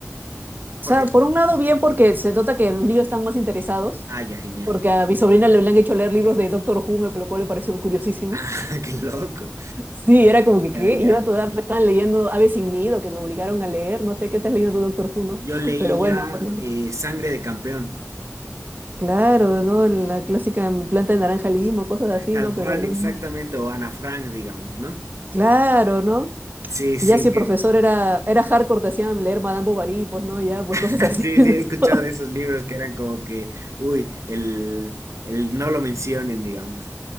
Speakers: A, on the right; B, on the right.
A: porque,
B: O sea, por un lado bien porque se nota que los niños están más interesados,
A: ah, ya, genial.
B: porque
A: <laughs>
B: a mi sobrina le habían hecho leer libros de Doctor Who, me- por lo cual me pareció curiosísimo.
A: Ah,
B: <laughs>
A: qué loco.
B: Sí, era como que,
A: Ya,
B: ¿qué?
A: ya.
B: Yo a tu edad me estaban leyendo Aves sin Nido, que me obligaron a leer, no sé qué estás leyendo tu Doctor Who, ¿no?
A: Yo leía
B: Pero bueno, bueno,
A: eh, Sangre de Campeón,
B: claro, ¿no? La clásica planta de naranja limo, cosas así,
A: eh, tal
B: ¿no? Pero
A: cual,
B: no,
A: exactamente, o Ana Frank, digamos, ¿no?
B: claro, ¿no?
A: Sí, sí,
B: Y ya si el
A: que,
B: profesor era, era hardcore, te hacían leer Madame Bovary, pues, ¿no? Ya, pues
A: <laughs>
B: cosas así,
A: Sí,
B: <laughs>
A: sí, he escuchado
B: ¿no?
A: de esos libros que eran como que, uy, el, el no lo mencionen, digamos.